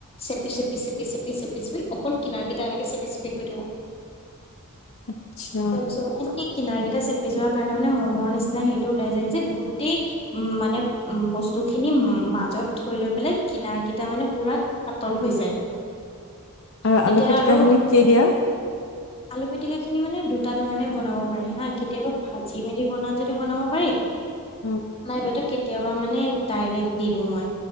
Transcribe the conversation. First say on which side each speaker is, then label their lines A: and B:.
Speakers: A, on the left; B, on the left.
A: চেপি চেপি চেপি চেপি চেপি চেপি অকল কিনাৰ কেইটা এনেকে চেপি চেপি গৈ থাকোঁ।
B: আচ্ছা
A: তাৰপিছত মানে কি কিনাৰ কেইটা চেপি যোৱা কাৰণে মানে ম'মৰ নিচিনা সেইটো ওলাই যায় যে গোটেই উম মানে উ বস্তু খিনি মাজত থৈ লৈ পেলাই কিনাৰ গিটা মানে পুৰা পাতল হৈ যায়। <inaudible>
B: আ
A: তেতিয়া
B: আলু পিটিকা
A: আৰু
B: খিনি কি দিয়া?
A: আলু পিতিকা খিনি মানে দুটা ধৰণে বনাব পাৰে হা কেতিয়াবা ভাজি মেলি বনা- যদি বনাব পাৰি
B: উ।
A: নাইবাটো কেতিয়াবা মানে ডাইৰেক্ট দি দিওঁ মই।